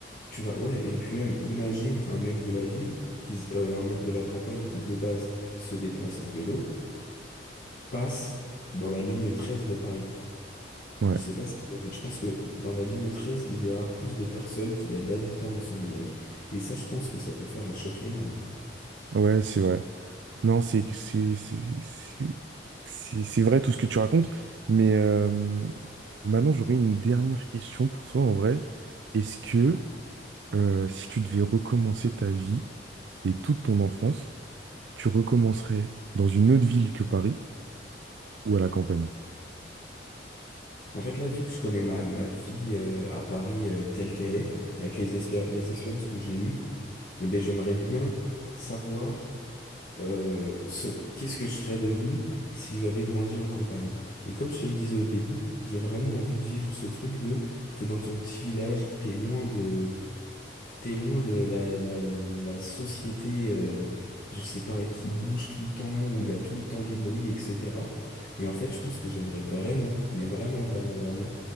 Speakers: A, on the left; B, on the right.
A: Tu vas, ouais, et puis même, imagine un mec de la ville, qui, se- euh, un mec de la campagne qui de base se déplace en vélo passe dans la ligne 13 de Paris.
B: Ouais,
A: Je sais pas si t'imagines. Je pense que dans la ligne 13, il verra plus de personnes qu'il y a d'habitants dans son village. Et ça, je pense que ça peut faire un choc énorme.
B: ouais, c'est vrai. Non, c'est c'est c'est c'est c'est- c'est vrai tout ce que tu racontes, mais euh, maintenant j'aurais une dernière question pour toi en vrai. Est-ce que euh, si tu devais recommencer ta vie et toute ton enfance, tu recommencerais dans une autre ville que Paris ou à la campagne?
A: En fait, là, vu que je connais ma, ma vie euh, à Paris euh, telle qu'elle est, avec les, espé- les expériences que j'ai eues, eh ben, j'aimerais bien savoir euh, ce, qu'est-ce que je serais devenu si j'avais grandi en campagne. Et comme je te le disais au début, j'ai vraiment envie de vivre ce truc de t'es dans ton petit village, t'es loin de T'es loin de la, la, la société, euh, je sais pas, qui bouge tout le temps, où il y a tout le temps du bruit, etc. Et en fait, je pense que j'aimerais vraiment, mais vraiment, vraiment, vraiment,